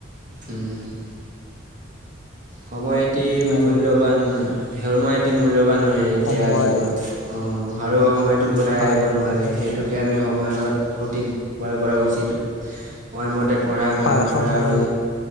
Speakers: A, on the right; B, on the left.
A: উম' সময় এটি
B: আৰু
A: মূল্যৱান, সময় এটি মূল্যৱান হয় এতিয়া
B: সময়
A: যুগত। অ', আৰু সময়টো ঘূৰাই
B: হয়
A: আহিব নোৱাৰে,
B: সময় মূল্যৱান
A: সেইটোকে আমি সময়ৰ সঠিক ব্যৱহাৰ কৰা উচিত, সময়মতে পঢ়া
B: হয়
A: কাম
B: সময়
A: কৰা আৰু